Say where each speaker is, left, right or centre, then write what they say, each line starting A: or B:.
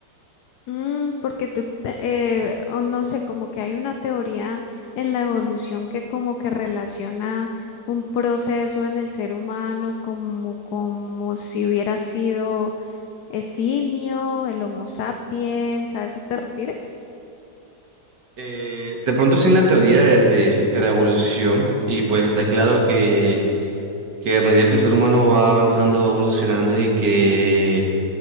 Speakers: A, on the left; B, on the right.
A: Mm, porque tú, te- eh, o no sé, como que hay una teoría en la evolución que como que relaciona un proceso en el ser humano como, como si hubiera sido el simio, el Homo sapiens, ¿a eso te refieres?
B: Eh, de pronto sí en la teoría de, de- de la evolución y pues está claro que que a medida que el ser humano va avanzando, va evolucionando y que